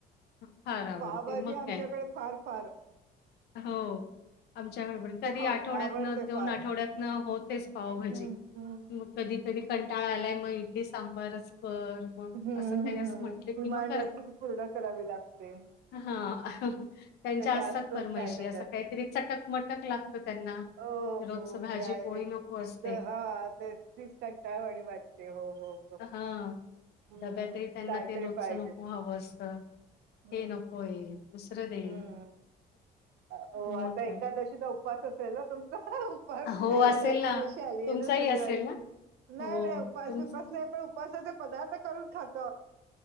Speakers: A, on the left; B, on the right.
A: फार आवडते,
B: पावभाजी
A: मग
B: आमच्याकडे
A: काय
B: फार फार
A: हो, आमच्या बरोबर, कधी
B: ते हव-
A: आठवड्यातन
B: आवडते
A: दोन
B: फार
A: आठवड्यातनं,
B: हम्म
A: होतेच पावभाजी.
B: हम्म हम्म.
A: मग कधीतरी कंटाळ आलाय, मग इडली सांबारच कर. मग
B: हम्म्
A: असं काही
B: हम,
A: असं म्हटलं
B: डिमांड
A: की मग
B: असते ती पूर्ण करावी लागते.
A: हा, त्यांच्या
B: ते
A: असतात
B: असतच
A: पर
B: काही
A: अस
B: ना
A: काहीतरी चटकमटक लागत, त्यांना,
B: हो
A: रोज
B: हो
A: भाजी
B: ते आहेच.
A: पोळी नको अस
B: हा, तेच तीस कंटाळवाणी वाटते हो, हो हो.
A: हा,
B: हम्म
A: डब्याही त्यांना
B: काहीतरी
A: ते रोजचं
B: पाहिजे
A: नको हवं असतं,
B: हम्म
A: हे नक होय, दुसर दे
B: हम्म. हो,
A: मग
B: आता एकादशीचा
A: काय.
B: उपवास असेल ना तुमचा? उपास,
A: हो, असेल
B: एकादशी
A: ना.
B: आली
A: तुमचाही
B: आहे ना शनिवारी,
A: असेल ना?
B: नाही
A: हो.
B: नाही, उपास
A: तुमच
B: बिपास नाही पण उपासाचे पदार्थ करून खात